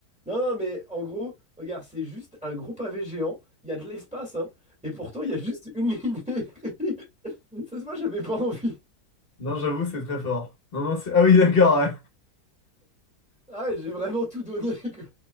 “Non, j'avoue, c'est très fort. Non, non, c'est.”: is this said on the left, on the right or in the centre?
Left